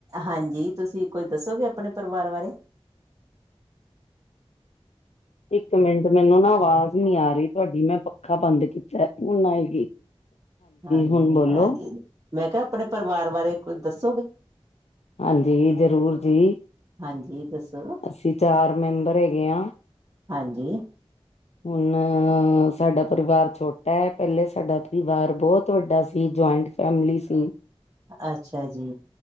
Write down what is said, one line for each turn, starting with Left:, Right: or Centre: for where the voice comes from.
Right: ਹਾਂਜੀ, ਤੁਸੀਂ ਕੋਜ ਦੱਸੋਗੇ ਅਪਨੇ ਪਰਿਵਾਰ ਬਾਰੇ?
Left: ਇੱਕ ਮਿੰਟ ਮੈਨੂੰ ਨਾ ਆਵਾਜ ਨੀ ਆ ਰੀ ਤੁਆਡੀ, ਮੈਂ ਪੱਖਾ ਬੰਦ ਕੀਤਾ, ਹੁਨ ਆਏਗੀ।
Right: ਹਾਂਜੀ,
Left: ਹੁਣ ਬੋਲੋ
Right: ਆਗੀ ਮੈਂ ਕੇਯਾ ਅਪਨੇ ਪਰਿਵਾਰ ਬਾਰੇ ਕੋਜ ਦੱਸੋਗੇ?
Left: ਹਾਂਜੀ ਜ਼ਰੂਰ ਜੀ,
Right: ਹਾਂਜੀ ਦੱਸੋ
Left: ਅਸੀ ਚਾਰ ਮੈਂਬਰ ਹੈਗੇ ਆਂ।
Right: ਹਾਂਜੀ।
Left: ਹੁਨ ਸਾਡਾ ਪਰਿਵਾਰ ਛੋਟੈ, ਪੈਲੇ ਸਾਡਾ ਪਰਿਵਾਰ ਬੋਤ ਵੱਡਾ ਸੀ। ਜੁਆਇੰਟ ਫੈਮਿਲੀ ਸੀ।
Right: ਅੱਛਾ ਜੀ।